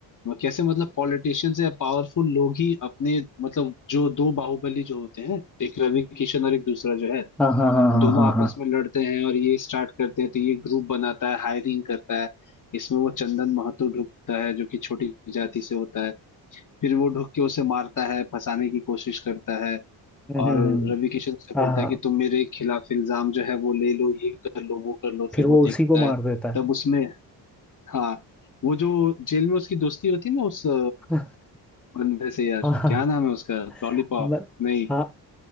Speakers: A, on the left; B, in the centre.
A: कैसे मतलब पॉलिटिशियंस या पावरफुल लोग ही अपने मतलब जो दो बाहुबली जो होते हैं एक रवि किशन और एक दूसरा जो है
B: हाँ हाँ हाँ हाँ
A: दोनों
B: हाँ
A: आपस
B: हाँ
A: में लड़ते हैं और ये स्टार्ट करते हैं तो ये ग्रुप बनाता है हायरिंग करता है इसमें वो चंदन महतो ढुकता है जो कि छोटी जाति से होता है फिर वो ढुक के उसे मारता है फंसाने की कोशिश करता है
B: हम्म,
A: और
B: हम्म, हम्म,
A: रवि किशन उसे
B: हाँ
A: बोलता
B: हाँ
A: है कि तुम मेरे खिलाफ इल्जाम जो है वो ले लो ये कर लो वो कर लो
B: फिर
A: फिर वो
B: वो
A: देखता
B: उसी को
A: है
B: मार देता
A: तब
B: है
A: उसमें हाँ वो जो जेल में उसकी दोस्ती होती है ना उस अ,
B: <laughs>
A: बंदे से यार
B: हाँ हाँ
A: क्या नाम है उसका लॉलीपॉप
B: म-
A: नहीं
B: हाँ